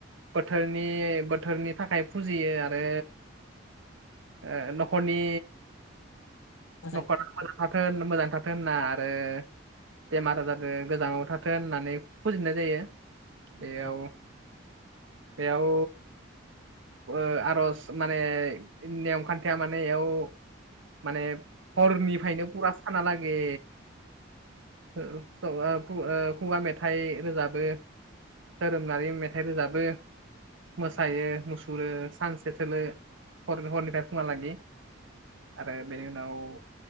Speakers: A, on the right; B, on the left.
A: बोथोरनि बोथोरनि थाखाय फुजियो आरो। ओ न'खरनि
B: मोजाङै
A: नखर।
B: खोनादों
A: थाथों मोजां थाथोंना आरो बेमार आजार गोजाङाव थाथों होननानै फुजिनाय जायो। बेयाव
B: औ
A: बेयाव। ओ आर'ज माने नेम खान्थिया मानेयाव माने। हरनिफ्रायनो बुरा साना लागै। ऐ <unintelligible> खशखुगा मेथाइ रोजाबो। धोरोमनानै मेथाइ रोजाबो। मोसायो मुसुरो सानसे थोलो ह हरनिफ्राय फुङाहा लागि। आरो बेनि उनाव।